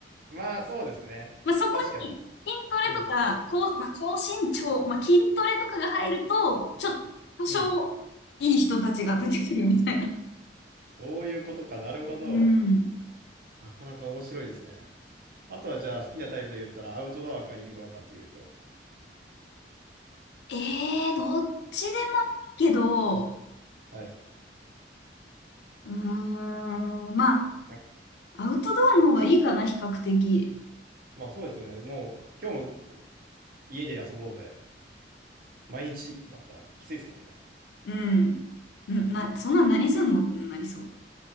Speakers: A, on the right (about 50°); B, on the left (about 65°).
A: まあ、そうですね。
B: まあ、そこに筋トレとか、
A: 確かに。うん。
B: 高、まあ、高身長、
A: うん。
B: まあ、筋トレとかが入ると、ちょっと多少いい人たちが出てくるみたいな。
A: うんそういうことか。なるほど。
B: うん。
A: なかなか面白いですね。あとは、じゃあ、好きなタイプで言ったら、アウトドアかインドアかっていうと。
B: えー、どっちでもいいけど、
A: はい。
B: うーん、まあ、
A: なんか
B: アウトドアの方がいいかな、比較的。
A: まあ、そうですよね。もう、今日も家で遊ぼうぜ。毎日だったらきついですもんね。
B: うん。んな、そんなん何すんのってなりそう。